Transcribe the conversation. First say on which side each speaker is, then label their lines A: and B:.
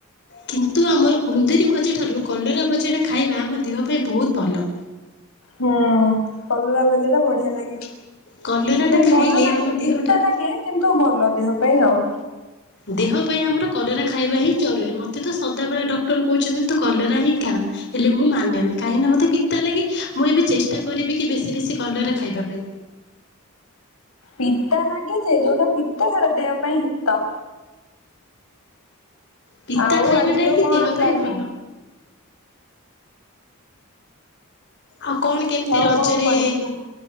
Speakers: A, on the left; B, on the left.
A: କିନ୍ତୁ ଆମର କୁନ୍ଦୁରୀ ଭଜା ଠାରୁ କଲରା ଭଜାଟା ଖାଇବା ଆମ ଦେହ ପାଇଁ ବହୁତ ଭଲ।
B: ହୁ କଲରା ଭଜା ଟା ବଢିଆ ଲାଗେ।
A: କଲରାଟା
B: ମାନେ
A: ଖାଇଲେ
B: ଭଲ ଲାଗେନି
A: ଆମ ଦେହଟା
B: ପିତା ଲାଗେ କିନ୍ତୁ ଭଲ ଦେହ ପାଇଁ ଆଉ।
A: ଦେହ ପାଇଁ ଆମର କଲେରା ଖାଇବା ହିଁ ଜରୁରୀ ମୋତେ ତ ସଦାବେଳେ ଡକ୍ଟର କହୁଛନ୍ତି ତୁ କଲେରା ହିଁ ଖା। ହେଲେ ମୁଁ ମାନେ ନା କାହିଁକିନା ମୋତେ ପିତା ଲାଗେ ମୁଁ ଏବେ ଚେଷ୍ଟା କରିବି କି ବେଶୀ ବେଶୀ କଲରା ଖାଇବା ପାଇଁ।
B: ପିତା ଲାଗେ ଯେ ଯୋଉଟା ପିତା ସେଟା ଦେହ ପାଇଁ ହିତ।
A: ପିତା
B: ଆଉ
A: ଖାଇବାଟା
B: ଆଜିର
A: ହିଁ
B: କଣ
A: ଦେହ ପାଇଁ
B: ପ୍ଲାନିଂ?
A: ଭଲ। ଆଉ କଣ କେମିତି
B: ଆଉ
A: ରଜରେ
B: କଣ କୁଆଡେ ଯିବୁ?